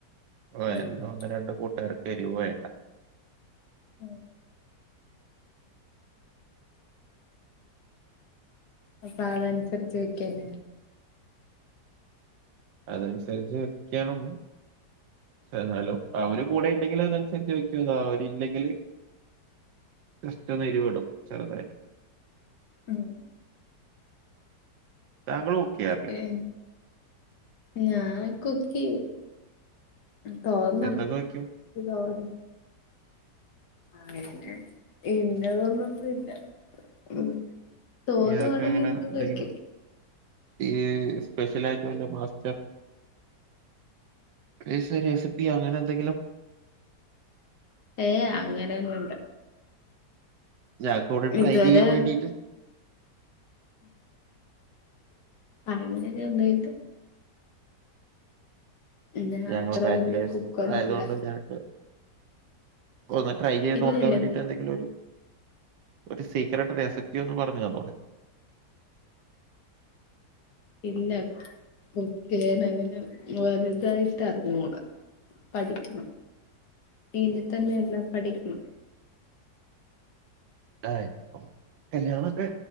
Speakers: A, on the right; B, on the left.
A: ആ
B: ഉം
A: എന്റെ
B: ഉം
A: ഒന്ന് രണ്ട് കൂട്ടുകാർക്ക് എരിവ് വേണ്ട
B: ഉം അപ്പൊ അതനുസരിച്ച് വെക്കല്ലേ
A: അതനുസരിച്ച് വെക്കണം എന്നാലും അവര് കൂടെ ഇണ്ടെങ്കിൽ അതനുസരിച്ച് വെക്കും അവര്ഇ ല്ലെങ്കില് ജസ്റ്റഒന്ന് എരിവിടും ചെറുതായിട്ട്
B: ഉം
A: താങ്കൾ കുക്കിയാറില്ലേ
B: ഏഹ് ഞാൻ കുക്കിയും തോന്നും
A: എന്തൊക്കെ വെക്കും
B: ഇത് തോന്നു ആയിന്നെ ഇന്നതൊന്നൊന്നുംഇല്ല ഉം തോന്നുവാണെങ്കിൽ
A: ഇയാൾക്ക് അങ്ങനെ
B: എന്തും
A: എന്തെങ്കിലും
B: വയ്ക്കും
A: ഈ സ്പെഷ്യലായിട്ടും എന്റെ മാസ്റ്റർ ഈസി റെസിപ്പി അങ്ങനെ എന്തെങ്കിലും
B: ഏ അങ്ങനെയൊന്നുംഇല്ല
A: ഞങ്ങക്ക് ഇവിടെ ട്രൈ
B: ഇതുവരെ
A: ചെയ്യാൻ വേണ്ടീട്ട്
B: അങ്ങനെ ഒന്നും ഇല്ല ഞാൻ
A: ഞങ്ങൾ
B: അത്ര
A: ബാച്ചലേഴ്സ്
B: വല്യ കുക്കൊന്നുല്ല
A: ആയതുകൊണ്ട് ഞങ്ങക്ക് ഒന്ന്ട്രൈ ചെയ്യത്
B: ഇല്ലല്ല
A: നോക്കാൻ വേണ്ടീട്ട് എന്തങ്കിലും ഒരു ഒരു സീക്രറ്റ് റസ്പ്പി ഒന്ന് പറഞ്ഞു തന്നോടെ
B: ഇല്ല കൊക്ക് അങ്ങനെ വലുതായിട്ട് അറിഞ്ഞൂടാ പഠിക്കണം ഇനി തന്നെയ എല്ലാം പഠിക്കണം
A: ആ കല്യാണംഒക്കെ